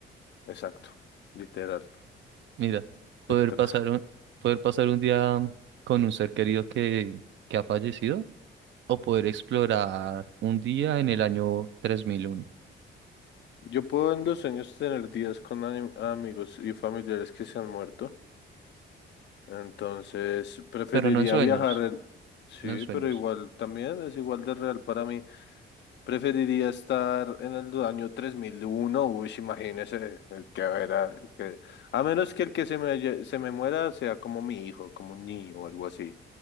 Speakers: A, on the left; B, on the right.
A: Exacto. Literal.
B: Mira,
A: Te
B: poder
A: toca.
B: pasar un, poder pasar un día con un ser querido que, que ha fallecido o poder explorar un día en el año 3001.
A: Yo puedo en los sueños tener días con ani- amigos y familiares que se han muerto. Entonces, preferiría
B: Pero no en sueños,
A: viajar el... Sí,
B: no en sueños.
A: pero igual también es igual de real para mí. Preferiría estar en el año tres mil uno uy, sí, imagínese, el que era, el que, a menos que el que se me, lle- se me muera sea como mi hijo, como un niño o algo así.